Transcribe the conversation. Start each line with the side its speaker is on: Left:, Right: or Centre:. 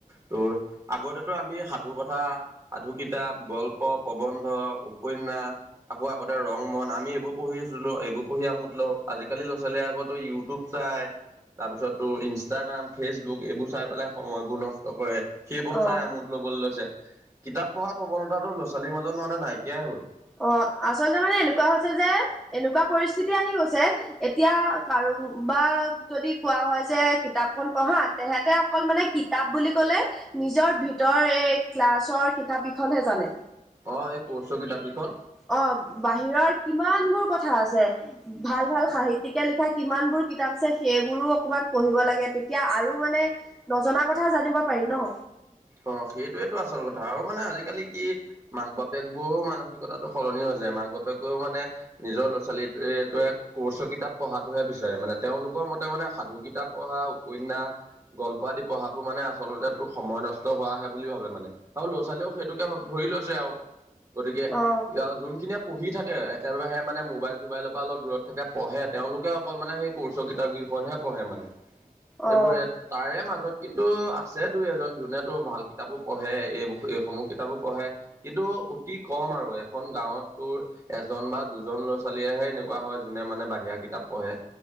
Right: ত' আগতেতো আমি সাধু কথা সাধু কিতাপ গল্প প্ৰবন্ধ উপন্যাস আকৌ আগতে ৰং মন আমি এইবোৰ পঢ়ি আছিলো এইবোৰ পঢ়ি আমোত লও আজিকালি আজিকালি ল'ৰা ছোৱালীয়ে আকৌ ইউটিউব চাই তাৰপিছত তোৰ ইনষ্টাগ্ৰাম ফেচবুক এইবোৰ চাই পেলাই সময়বোৰ নষ্ট কৰে। সেইবোৰত
Centre: অ
Right: চাই আমোদ ল'বলৈ লৈছে কিতাপ পঢ়াৰ প্ৰৱণতাটো ল'ৰা-ছোৱালীৰ মাজত মানে নাইকিয়াই হ'ল।
Centre: অ, আচলতে মানে এনেকুৱা হৈছে যে এনেকুৱা পৰিস্থিতি আহি গৈছে এতিয়া কাৰো বা যদি কোৱা হয় যে কিতাপখন পঢ়া তেহেতে অকল মানে কিতাপ বুলি ক'লে নিজৰ ভিতৰৰ এই ক্লাছৰ কিতাপ কেইখনহে জানে।
Right: অ, এই কোৰ্চৰ কিতাপ কেইখন।
Centre: অ, বাহিৰৰ কিমান বোৰ কথা আছে। ভাল, ভাল সাহিতয়িকে লিখা কিমান বোৰ কিতাপ আছে সেইবোৰো অকমান পঢ়িব লাগে তেতিয়া আৰু মানে নজনা কথাও জানিব পাৰি ন।
Right: অ, সেইটোয়েতটো আচল কথা আৰু মানে আজিকালি কি মাক-বাপেক গৈয়ও মানসিকতাটো সলনি হৈ যায় মাক-বাপেকেও মানে নিজৰ ল'ৰা-ছোৱালীৱটোৱে কৰ্চৰ কিতাপ পঢ়াতটোহে বিচাৰে মানে তেওঁলোকৰ মতে মানে সাধু কিতাপ পঢ়া উপন্যাস গল্প আদি পঢ়াবোৰ মানে আচলতে তোৰ সময় নষ্ট ত হোৱাহে বুলি ভাবে মানে আৰু লৰা-ছোৱালীয়েও সেইটোকে ভ ধৰি লৈছে আৰু। গতিকে
Centre: অ
Right: যোনখিনিয়ে পঢ়ি থাকে একেবাৰেহে মানে মোবাইল চোবাইলৰ পৰা অলপ দূৰতাকে পঢ়ে তেওঁলোকে অকল মানে সেই কিতাপ কেইখনহে পঢ়ে মানে। সেইবোৰে
Centre: অ
Right: তাৰে মাজত কিন্তু আছে দুই, এজন যোনে তো ভাল কিতাপো পঢ়ে এই, এইসমূহ কিতাপো পঢ়ে। কিন্তু অতি কম আৰু এখন গাঁৱত তোৰ এজন বা দুজন ল'ৰা-ছোৱালীয়েহে এনেকুৱা হয় যোনে মানে বাহিৰা কিতাপ পঢ়ে।